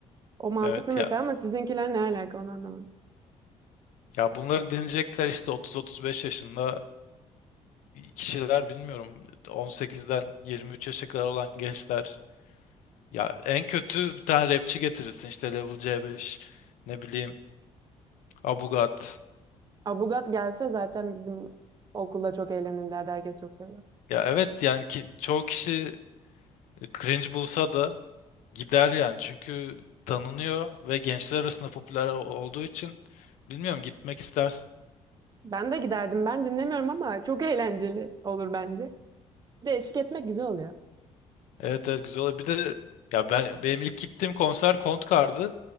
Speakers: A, on the right; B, on the left.
A: O mantıklı
B: Evet
A: mesela
B: ya
A: ama sizinkiler ne alaka onu anlamadım.
B: ya bunları dinleyecekler işte 30-35 yaşında kişiler bilmiyorum. 18'den 23 yaşa kadar olan gençler. Ya en kötü bir tane rapçi getirirsin işte Level C5 ne bileyim Abugat.
A: Abugat gelse zaten bizim okulda çok eğlenirlerdi. Herkes çok sever.
B: Ya evet yani ki, çoğu kişi cringe bulsa da gider yani çünkü tanınıyor ve gençler arasında popüler olduğu için bilmiyorum gitmek istersin.
A: Ben de giderdim. Ben dinlemiyorum ama çok eğlenceli olur bence. Bir de eşlik etmek güzel oluyor.
B: Evet evet güzel oldu. Bir de ya ben benim ilk gittiğim konser Kontkar'dı